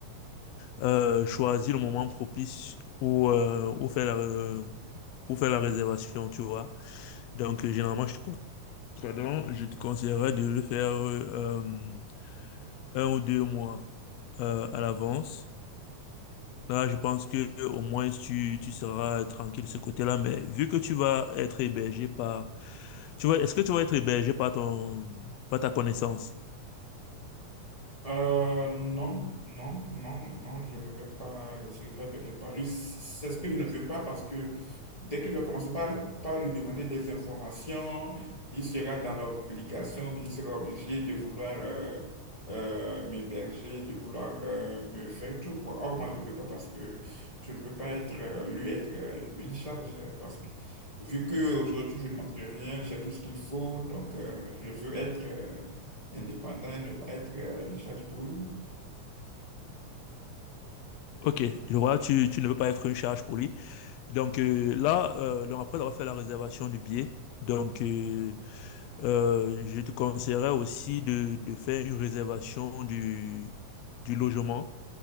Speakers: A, on the left; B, on the left.
A: euh, choisir le moment propice où, euh, où faire la, euh, où faire la réservation, tu vois. Donc, euh, généralement, je te, con- pardon, je te conseillerais de le faire euh, euh, un ou deux mois euh, à l'avance. Là, je pense que euh, au moins tu, tu seras tranquille de ce côté-là, mais vu que tu vas être hébergé par... Tu vois, est-ce que tu vas être hébergé par ton, par ta connaissance?
B: Euh, non, non, non, non, je ne vais pas, je ne serai pas hébergé par lui. C'est ce que je ne veux pas parce que dès que je vais commencer par, par lui demander des informations, il sera dans l'obligation, bien, il sera obligé de vouloir euh, euh, m'héberger, de vouloir euh, me faire tout, quoi. Or, moi, je ne veux pas parce que je ne veux pas être, euh, lui être euh, une charge euh, parce que vu qu'aujourd'hui, je ne manque de rien, j'ai tout ce qu'il faut, donc euh, je veux être euh, indépendant et ne pas être euh, une charge pour lui.
A: Ok, je vois, tu, tu ne veux pas être une charge pour lui. Donc euh, là, euh, donc après avoir fait la réservation du billet, donc euh, euh, je te conseillerais aussi de, de faire une réservation du, du logement.